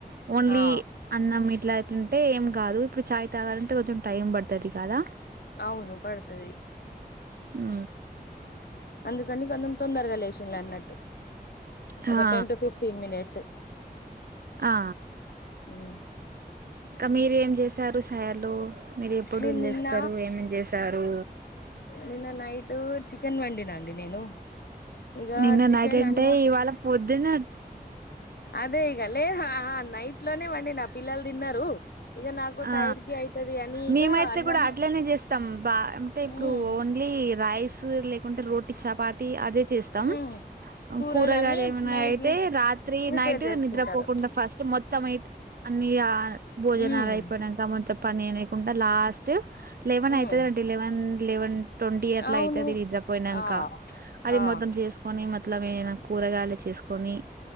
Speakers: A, on the right (about 70°); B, on the left (about 75°).
A: ఓన్లీ
B: ఆ
A: అన్న ఇట్లా అట్ంటే ఏం కాదు ఇప్పుడు చాయ్ తాగాలంటే కొంచెం టైం పడుతుది కదా
B: అవును పడుతుది
A: అ
B: అందు కనీకి అంతం తొందరగా లేచిిన అన్నట్టు
A: హా
B: ఒక టెన్ టు ఫిఫ్టీన్ మినిట్స్
A: ఆ
B: ఉ
A: ఇంకా మీరు ఏం చేసారు సైలు మీరు ఎప్పుడుళ్ళ
B: నేను నిన్న
A: చేస్తారు ఏమం చేసారు
B: నిన్న నైట్ చికెన్ వండినా అండి నేను ఇగ
A: నిన్న
B: చికెన్
A: నైటంటే
B: అన్న
A: ఇవాళ పొద్దున
B: అదే ఈగలే ఇట్లోనే్వండి నా పిల్లలు తిన్నారు ఇగ నాకు
A: ఆ
B: సైడ్కి అయితది అని ఇగ
A: మేమైతే
B: అన్నం
A: కూడా అట్లనే చేస్తాం బా అంటే ఇప్పుడు
B: ఉమ్
A: ఓన్లీ రైస్ లే కుంటే రోటీటి చపాతి అదే చేస్తాం
B: ఉమ్ కూరలన్నీ
A: కూరగాయలు ఏమన్నా
B: నైట్లే
A: అయితే రాత్రి
B: ప్రిపేర్
A: నైట్
B: చేసుకుంటారు
A: నిద్రపోకుండా ఫస్ట్ మొత్తంయి అన్నియ భోజనాలు
B: ఉమ్
A: అయిపోయాక కొంచెం పనికుం లాస్ట్ లెవెన్
B: ఉమ్
A: అవుతుందిండి లెవెన్ లెవన్ ట్వంటీ ఎయర్లా
B: అవును
A: అయితేది నిద్రపోయినాక
B: ఆ
A: అది
B: ఆ
A: మొత్తం చేసుకుొని మతలం ఏనా కూరగాయలు చేసుకొని